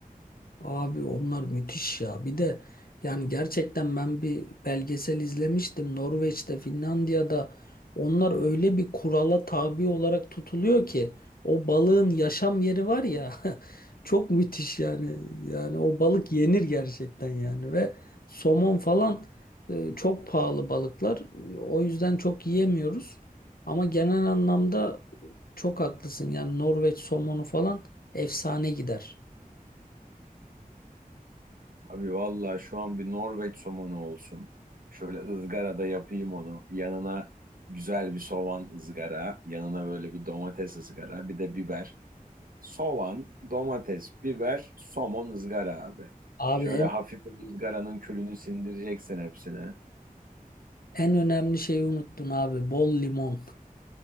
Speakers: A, on the left; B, on the right.
A: Abi onlar müthiş ya. Bir de yani gerçekten ben bir belgesel izlemiştim. Norveç'te, Finlandiya'da onlar öyle bir kurala tabi olarak tutuluyor ki o balığın yaşam yeri var ya <laughs> çok müthiş yani. Yani o balık yenir gerçekten yani ve somon falan e, çok pahalı balıklar. O yüzden çok yiyemiyoruz. Ama genel anlamda çok haklısın. Yani Norveç somonu falan efsane gider.
B: Abi vallahi şu an bir Norveç somonu olsun. Şöyle ızgarada yapayım onu. Yanına güzel bir soğan ızgara, yanına böyle bir domates ızgara, bir de biber. Soğan, domates, biber, somon ızgara abi.
A: Abi
B: Şöyle
A: en
B: hafif bu ızgaranın külünü sindireceksin hepsine.
A: En önemli şeyi unuttun abi. Bol limon.